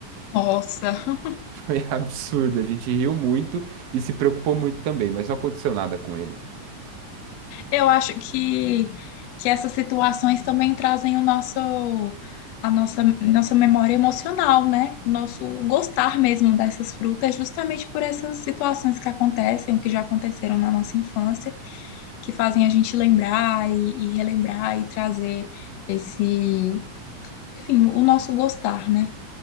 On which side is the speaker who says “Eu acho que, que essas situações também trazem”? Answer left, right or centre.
Left